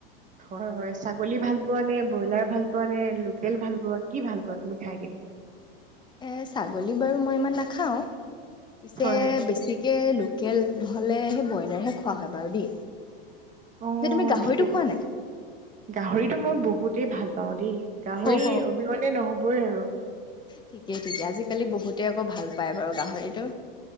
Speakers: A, on the right; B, on the left.
A: হয় হয় ছাগলী ভাল পোৱা নে ব্ৰইলাৰ ভাল পোৱা নে লোকেল ভাল পোৱা কি ভাল পোৱা তুমি খাই কিনে?
B: এ ছাগলী বাৰু মই ইমান নাখাওঁ। পিছে
A: হয়
B: বেছিকে লোক লোকেল নহলে সেই ব্ৰইলাৰহে খোৱা হয় বাৰু দেই।
A: অ
B: যে তুমি গাহৰিটো
A: ঠিকেই
B: খোৱা নাই
A: গাহৰিতটো মই বহুতেই ভাল। পওঁ দেই গাহৰিৰ
B: অহ
A: অবিহনে নহবয়ই আৰু
B: ঠিকেই ঠিক আজিকালি বহুতে আকৌ ভাল পায় বাৰু হয় এইটো